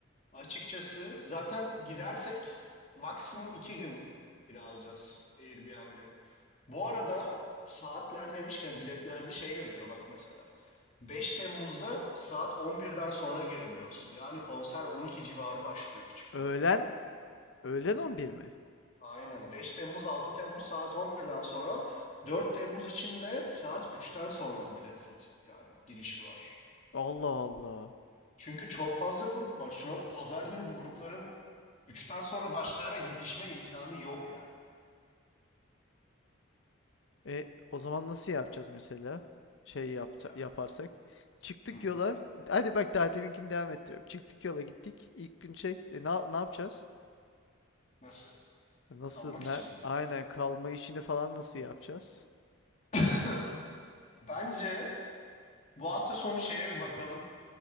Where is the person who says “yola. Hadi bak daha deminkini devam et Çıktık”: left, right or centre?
Left